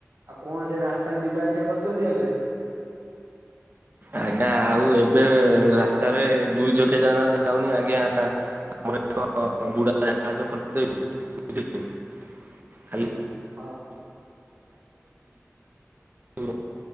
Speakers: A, on the right; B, on the right.
A: ଆଉ କଣ ସେ ରାସ୍ତାରେ ଯିବା ଆସିବା କରୁଛନ୍ତି ଏବେ?
B: ଆଜ୍ଞା ଆଉ ଏବେ ରାସ୍ତାରେ ଦୁଇ ଚକିଆ ଯାନ ଯାଉନି ଆଜ୍ଞା। ଆମର ଏକ ବୁଢା ଜାହାଜ କରିଦଛି <unintelligible> ଖାଲି
A: ହଁ
B: <unintelligible>